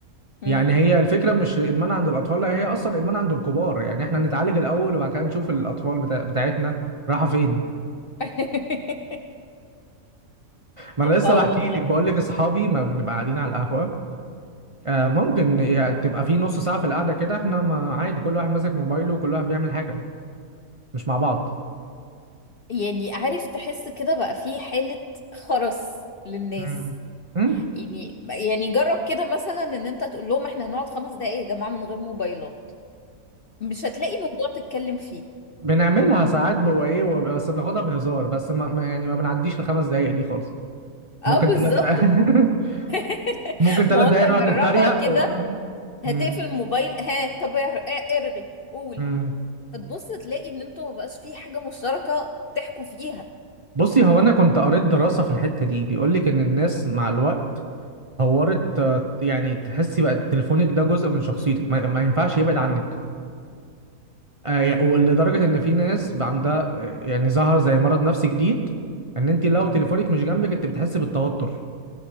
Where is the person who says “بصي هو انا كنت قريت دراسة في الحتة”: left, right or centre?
Right